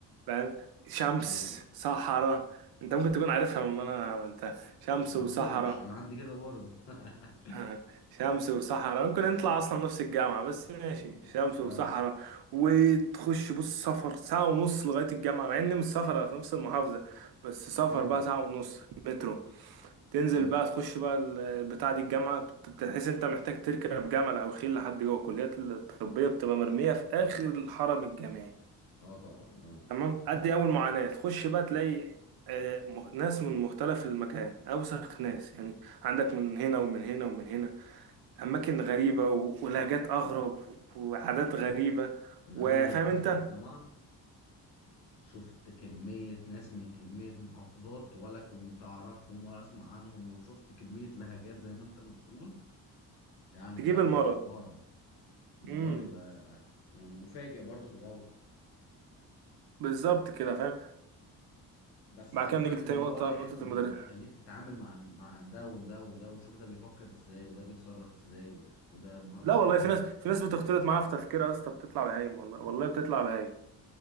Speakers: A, on the right; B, on the left.
A: فاهم شمس
B: ايوه
A: صحراء انت ممكن تكون عارفها من انا عملتها شمس
B: ما
A: وصحراء
B: تقولش انا عندي كده برضه <laughs>
A: <laughs> شمس وصحراء ممكن نطلع اصلا نفس الجامعة بس ماشي
B: ممكن
A: شمس
B: اه
A: وصحراء وتخش بص سفر ساعة ونص لغاية الجامعة مع ان مش سفر في نفس المحافظة بس سفر
B: امم
A: بقى ساعة ونص مترو تنزل
B: ايوه
A: بقى تخش بقى ال- بتاع دي الجامعة بتحس انت محتاج تركب جمل او خيل لحد جوه الكليات الطبية بتبقى مرمية في اخر الحرم الجامعي
B: اه طبعا اه
A: تمام ادي اول معاناة تخش بقى تلاقي آه، م- ناس من مختلف المكان اوسخ ناس يعني عندك من هنا ومن هنا ومن هنا اماكن غريبه و- ولهجات اغرب وعادات غريبه
B: انا
A: وفاهم
B: اول ما دخلت
A: انت
B: الجامعه شفت كميه ناس من كميه محافظات ولا كنت اعرفهم ولا اسمع عنهم وشفت كميه لهجات زي ما انت ما بتقول يعني
A: تجيب
B: لا
A: المرض
B: الموضوع الموضوع
A: امم
B: بيبقى مفاجئ برضه في الاول
A: بالظبط كده فاهم
B: بس
A: بعد
B: خلي
A: كده
B: بالك
A: نيجي لتاني
B: الموضوع
A: نقطه
B: ده حلو
A: نقطه
B: بي
A: المدرس
B: بيخليك تتعامل مع مع ده وده وده وتشوف ده بيفكر ازاي وده بيتصرف ازاي و- وده دماغه
A: لا
B: شكلها
A: والله في ناس
B: ايه
A: في ناس بتختلط معاها في تفكيرها يا اسطى بتطلع بهايم والله والله بتطلع بهايم